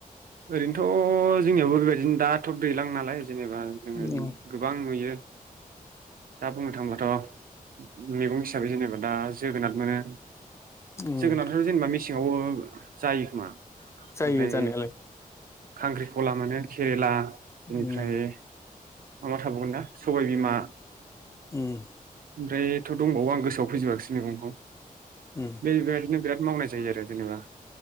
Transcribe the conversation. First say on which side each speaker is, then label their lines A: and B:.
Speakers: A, on the right (about 70°); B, on the left (about 20°).
A: ओरैनोथ' जोंनियावबो बेबायदिनो दाथ' दैलां नालाय। जेनेबा
B: मोनो?
A: जोङो गोबां नुयो। दा बुंनो थाङोब्लाथ' मैगं हिसाबै जेनेबा दा जोगोनार मोनो।
B: उम
A: जोगोनारफथ'
B: उम
A: जेनेबा मेसेङाव जायो खोमा।
B: जायो
A: ओमफ्राय
B: जानायालाय।
A: खांख्रिखला मोनो केरेला बेनिफ्राय
B: उम
A: माबा थाबावगोन ना सबाय बिमा।
B: ओम।
A: ओमफ्रायथ' दंबावो आं गोसोआव फैजोबआाखिसै मैगंखौ
B: उम
A: बेबायदिनो बिराद मावनाय जायो आरो जेनेबा।